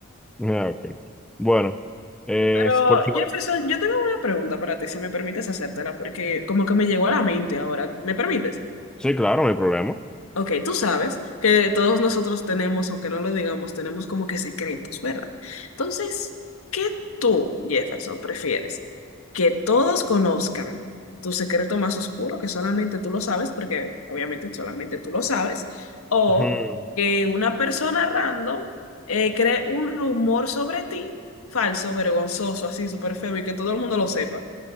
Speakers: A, in the centre; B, on the left.
A: Ah, ok. Bueno, eh,
B: Pero
A: es por si-
B: Jefferson, yo tengo una pregunta para ti, si me permites hacértela, porque como que me llegó a la mente ahora. ¿Me permites?
A: Sí, claro, no hay problema.
B: Ok, tú sabes que todos nosotros tenemos, aunque no lo digamos, tenemos como que secretos, ¿verdad? Entonces, ¿qué tú, Jefferson, prefieres? ¿Que todos conozcan tu secreto más oscuro, que solamente tú lo sabes, porque obviamente solamente tú lo sabes, o
A: Ujú.
B: que una persona random eh, cree un rumor sobre ti, falso, vergonzoso, así súper feo, y que todo el mundo lo sepa?